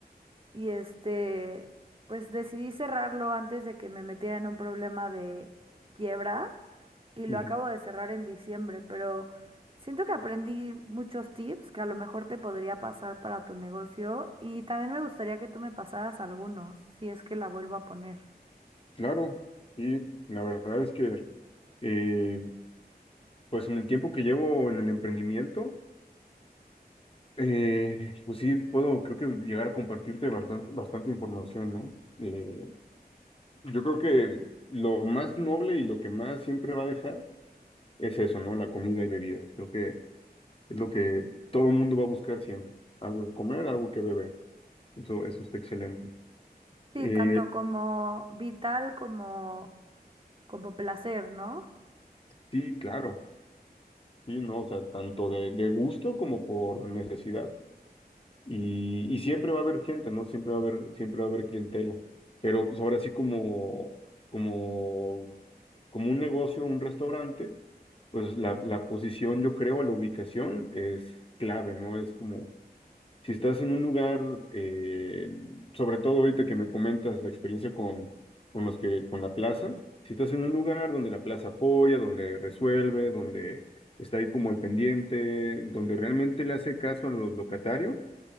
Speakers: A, on the right (about 35°); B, on the left (about 35°).
A: y este, pues decidí cerrarlo antes de que me metiera en un problema de quiebra y lo
B: Ujú.
A: acabo de cerrar en diciembre, pero siento que aprendí muchos tips que a lo mejor te podría pasar para tu negocio y también me gustaría que tú me pasaras algunos, si es que la vuelvo a poner.
B: Claro, sí, la verdad es que eh, Pues en el tiempo que llevo en el emprendimiento, eh, pues sí, puedo, creo que llegar a compartirte bastante, bastante información, ¿no? Eh, yo creo que lo más noble y lo que más siempre va a dejar es eso, ¿no? La comida y bebidas. Creo que es lo que todo el mundo va a buscar siempre. Algo que comer, algo que beber. Eso, eso está excelente.
A: Sí,
B: Eh,
A: tanto como vital como como placer, ¿no?
B: sí, claro. Sí, no, o sea, tanto de, de gusto como por necesidad. Y, y siempre va a haber gente, ¿no? Siempre va a haber, siempre va a haber clientela. Pero pues ahora sí como, como, como un negocio, un restaurante, pues la, la posición, yo creo, la ubicación es clave, ¿no? Es como, si estás en un lugar, eh, sobre todo ahorita que me comentas la experiencia con, con los que, con la plaza, si estás en un lugar donde la plaza apoya, donde resuelve, donde está ahí como el pendiente, donde realmente le hace caso a los locatarios,